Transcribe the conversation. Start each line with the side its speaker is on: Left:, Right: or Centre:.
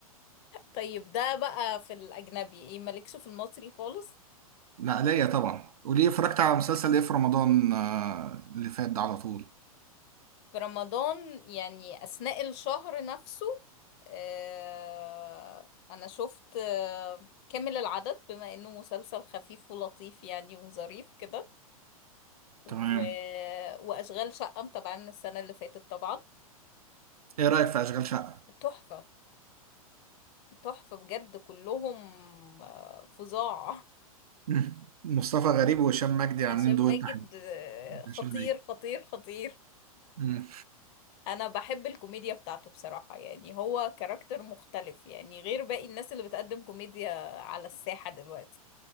Left: طيب ده بقى في الأجنبي ايه مالكش في المصري خالص
Right: لا ليا طبعا وليه اتفرجت على مسلسل ايه في رمضان آه، اللي فات ده على طول
Left: في رمضان يعني أثناء الشهر نفسه آه أنا شفت آه كامل العدد بما إنه مسلسل خفيف ولطيف يعني وظريف كده و...
Right: تمام
Left: وأشغال شقة متابعين السنة اللي فاتت طبعا
Right: ايه رأيك في اشغال شقة
Left: تحفة تحفة بجد كلهم آه، فظاع
Right: مم. <laughs> مصطفى غريب وهشام
Left: <laughs>
Right: مجدي عاملين
Left: هشام
Right: دويت
Left: ماجد
Right: تحت
Left: آه، خطير
Right: هشام مجدي
Left: خطير خطير
Right: مم.
Left: انا بحب الكوميديا بتاعته بصراحة يعني هو كاركتر مختلف يعني غير باقي الناس اللي بتقدم كوميديا على الساحة دلوقتي